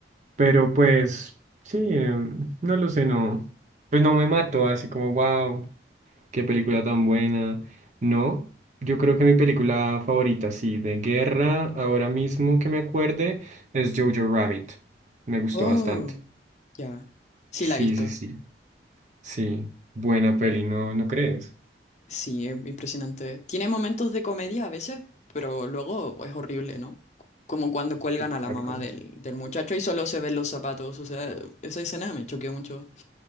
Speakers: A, on the right; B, on the left.
A: pero pues sí, em, no lo sé, no. Pues no me mató, así como wow. Qué película tan buena. No, yo creo que mi película favorita, sí, de guerra, ahora mismo que me acuerde, es Jojo Rabbit. Me gustó
B: Oh,
A: bastante.
B: ya. Sí,
A: Sí,
B: la he visto.
A: sí, sí. Sí, buena peli, ¿no, no crees?
B: Sí, es impresionante. Tiene momentos de comedia a veces, pero luego es horrible, ¿no? Como cuando cuelgan
A: Exacto.
B: a la mamá del, del muchacho y solo se ven los zapatos. O sea, esa escena me choqueó mucho.